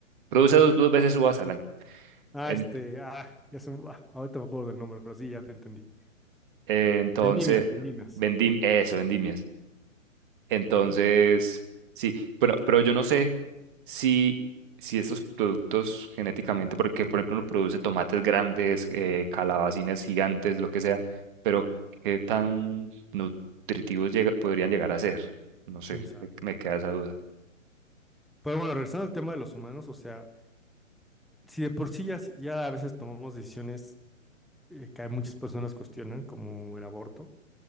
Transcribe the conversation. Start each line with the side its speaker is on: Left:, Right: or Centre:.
Right: produce dos, dos veces uvas al año.
Centre: Ah,
Right: En-
Centre: este, ah, ya se me, ah, ahorita me acuerdo del nombre, pero sí, ya te entendí.
Right: eh, entonces,
Centre: Vendimias, vendimias.
Right: vendim, eso, vendimias. Entonces, sí, pero, pero yo no sé si, si estos productos genéticamente, porque por ejemplo uno produce tomates grandes, eh, calabacines gigantes, lo que sea, pero qué tan nutritivos llega- podrían llegar a ser. No sé,
Centre: Quién sabe.
Right: me, me queda esa duda.
Centre: Pero bueno, regresando al tema de los humanos, o sea, si de por sí ya, ya a veces tomamos decisiones eh, que hay muchas personas cuestionan, como el aborto.